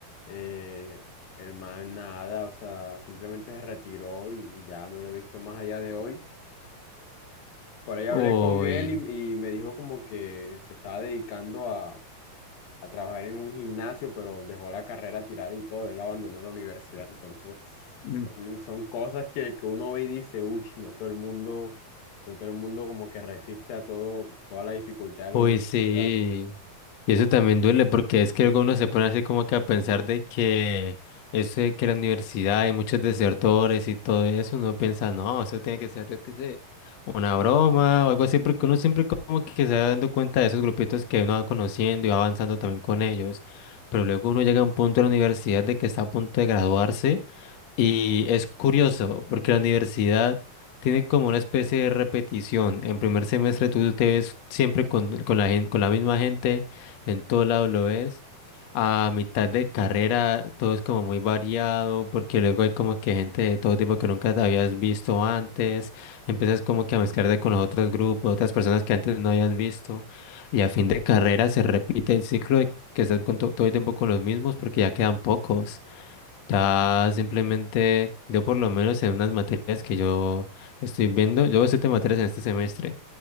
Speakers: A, on the left; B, on the left.
A: eh, el man nada, o sea, simplemente se retiró y ya no lo he visto más allá de hoy. Por ahí hablé
B: Uy,
A: con él y, y me dijo como que se estaba dedicando a, a trabajar en un gimnasio, pero dejó la carrera tirada y todo, él abandonó la universidad. Entonces,
B: Mm.
A: son, son cosas que, que uno ve y dice, uy, no todo el mundo, no todo el mundo como que resiste a todo, a toda la dificultad de la
B: uy,
A: universidad.
B: sí. Y eso también duele porque es que luego uno se pone así como que a pensar de que eso de que la universidad y muchos desertores y todo eso, uno piensa, no, eso tiene que ser, yo qué sé, una broma o algo así, porque uno siempre como que se va dando cuenta de esos grupitos que uno va conociendo y va avanzando también con ellos. Pero luego uno llega a un punto de la universidad de que está a punto de graduarse. Y es curioso porque la universidad tiene como una especie de repetición. En primer semestre tú te ves siempre con, con la gente, con la misma gente, en todo lado lo ves. A mitad de carrera todo es como muy variado porque luego hay como que gente de todo tipo que nunca te habías visto antes. Empiezas como que a mezclarte con los otros grupos, otras personas que antes no habías visto. Y a fin de carrera se repite el ciclo de que estás con to- todo el tiempo con los mismos porque ya quedan pocos. Ya simplemente, yo por lo menos en unas materias que yo estoy viendo, yo veo siete materias en este semestre,